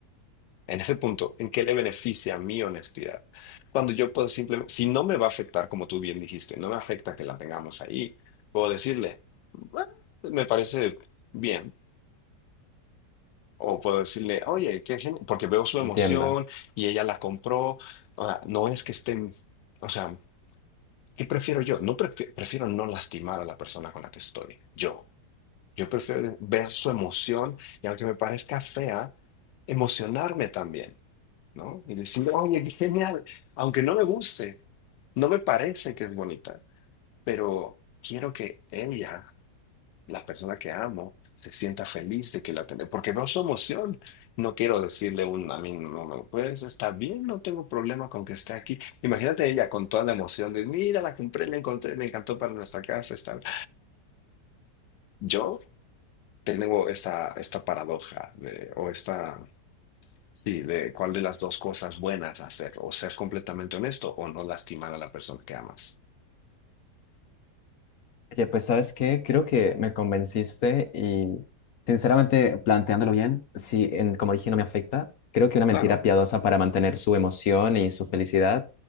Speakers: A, on the left (about 90°); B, on the left (about 60°).
A: En ese punto, ¿en qué le beneficia mi honestidad? Cuando yo puedo simplemente, si no me va a afectar, como tú bien dijiste, no me afecta que la tengamos ahí, puedo decirle, "Ah, me parece bien, o puedo decirle, oye, qué genial, porque veo su
B: Entiendo.
A: emoción y ella la compró. O sea, no es que estén, o sea, ¿qué prefiero yo? No prefi- prefiero no lastimar a la persona con la que estoy, yo. Yo prefiero ver su emoción y aunque me parezca fea, emocionarme también. ¿no? Y decir, oye, qué genial, aunque no me guste, no me parece que es bonita, pero quiero que ella, la persona que amo, se sienta feliz de que la tenemos, porque veo su emoción. No quiero decirle un, a mí no, no, no, pues está bien, no tengo problema con que esté aquí. Imagínate ella con toda la emoción de, mira, la compré, la encontré, me encantó para nuestra casa. Está... bien. Yo tengo esta, esta paradoja de- o esta Sí, de cuál de las dos cosas buenas hacer, o ser completamente honesto o no lastimar a la persona que amas.
B: Oye, pues ¿sabes qué? Creo que me convenciste y sinceramente, planteándolo bien, si en, como dije no me afecta, creo que una mentira
A: Claro,
B: piadosa para mantener su emoción y su felicidad